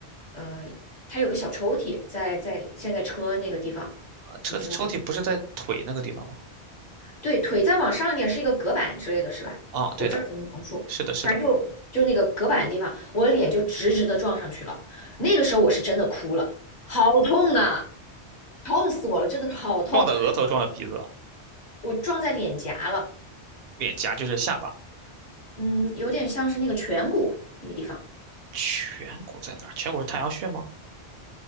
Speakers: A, on the left; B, on the right.
A: 呃，它有个小抽屉在在现在车那个地方，
B: 车的抽屉不是在腿那个地方吗？
A: 你知道。吗？对，腿再往上一点是一个隔板之类的是吧？
B: 啊，对的，
A: 我不知道怎么描述，
B: 是的，是的，
A: 反正就就那个隔板的地方，我的脸就直直的撞上去了。那个时候我是真的哭了，好痛啊，痛死我了，真的好痛！
B: 撞的额头，撞的鼻子，
A: 我撞在脸颊了，
B: 脸颊就是下巴，
A: 嗯，有点像是那个颧骨那个地方，
B: 颧骨在哪儿？颧骨是太阳穴吗？